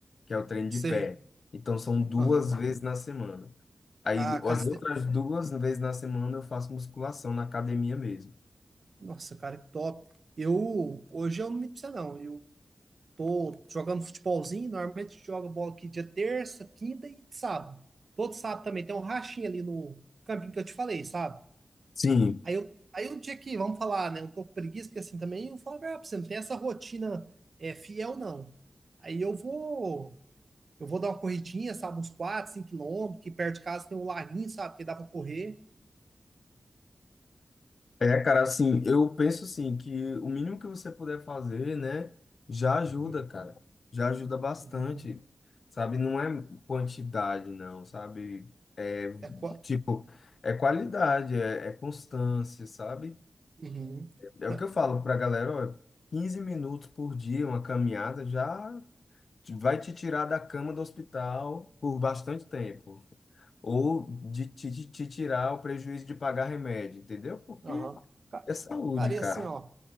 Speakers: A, on the left; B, on the right.
A: que é o treino
B: sei.
A: de pé. Então são duas
B: Aham.
A: vezes na semana. Aí
B: Ah,
A: as
B: caliste...
A: outras duas vezes na semana eu faço musculação na academia mesmo.
B: Nossa, cara, que top. Eu, hoje eu não me precisa, não. Eu tô jogando futebolzinho, normalmente joga bola aqui dia terça, quinta e sábado. Todo sábado também tem um rachinho ali no campinho que eu te falei, sabe?
A: Sim,
B: Aí eu, aí um dia que, vamos falar, né? Um pouco preguiça, porque assim também eu falo, ah, você não tem essa rotina é, fiel, não. Aí eu vou, eu vou dar uma corridinha, sabe, uns 4, 5 quilômetros, que perto de casa tem um laguinho, sabe, que dá pra correr.
A: É, cara, assim, eu penso assim que o mínimo que você puder fazer, né, já ajuda,
B: Uhum,
A: cara. Já ajuda bastante,
B: uhum.
A: sabe? Não é quantidade, não, sabe? É,
B: É, qua-
A: tipo, é qualidade, é, é constância, sabe?
B: uhum.
A: É
B: Né?
A: o que eu falo pra galera, ó, 15 minutos por dia, uma caminhada já te- vai te tirar da cama do hospital por bastante tempo. Ou de te, te te tirar o prejuízo de pagar remédio, entendeu? Porque
B: Aham. Ca-
A: é saúde,
B: Cara,
A: cara.
B: e assim, ó,